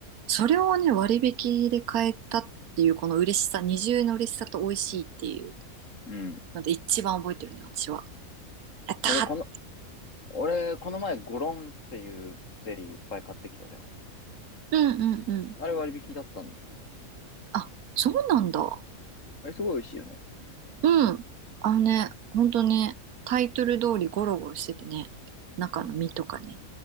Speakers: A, on the right (about 85°); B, on the left (about 60°).
A: それをね、割引で買えたっていうこの嬉しさ、二重の嬉しさと美味しいっていう
B: うん。
A: ので一番覚えてるね、私は。やった
B: 俺、この、俺、この前、ゴロンっていうゼリーいっぱい買ってきたじゃん。
A: ーうんうんうん。
B: あれ割引だったんですよ。
A: あ、そうなんだ。
B: あれすごい美味しいよね。
A: うん。あのね、ほんとね、タイトル通りゴロゴロしててね、中の身とかね、
B: うん、